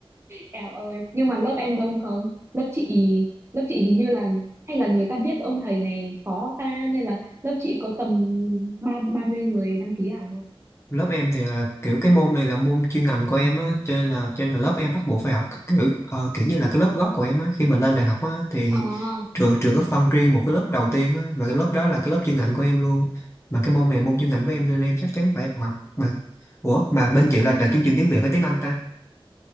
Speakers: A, on the right; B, on the left.
A: eo ơi nhưng mà lớp em đông không lớp chị lớp chị hình như là hay là người ta biết ông thầy này khó ta nên là lớp chị có tầm ba ba mươi người đăng ký à
B: lớp em thì là kiểu cái môn này là môn chuyên ngành của em á cho nên là cho nên là lớp em bắt buộc phải học kiểu ờ, kiểu như là cái lớp gốc của em á khi mình lên đại học á thì
A: à
B: trường trường có phân riêng một cái lớp đầu tiên á và cái lớp đó là cái lớp chuyên ngành của em luôn mà cái môn này là môn chuyên ngành của em nên em chắc chắn phải học mà ủa mà bên chị là là chương trình tiếng Việt hay tiếng Anh ta